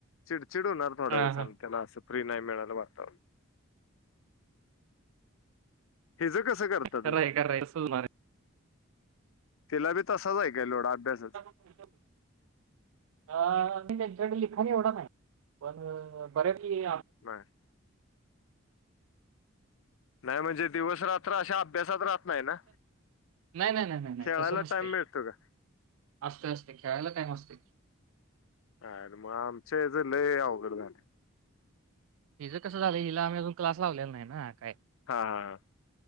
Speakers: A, on the left; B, on the right.
A: चिड चिडणार थोड्या
B: हा
A: दिवसां
B: हा
A: त्यां ना असं फ्री नाही मिळाला बघत. हिजं कसं करत.
B: खरं आहे खरं आहे तसंच होणार आहे.
A: तिला बी तसाच आहे काय लोडा अभ्यासच.
B: ह. अ मी त्यांच्याकडे लिखाण एवढं नाही पण बर्या की
A: बर. नाही म्हणजे दिवस रात्र अशा अभ्यासात राह. नाही ना
B: नाही नाही नाही नाही नाही
A: खेळायला
B: तसं नसते
A: टाइम मिळतो का?
B: असते असते खेळायला काय असते.
A: अ मग आमच्याल अघड झा.
B: हिचं कसं झालं हिला आम्ही अजून क्लास लावलेला नाही ना काय?
A: हां हां हां.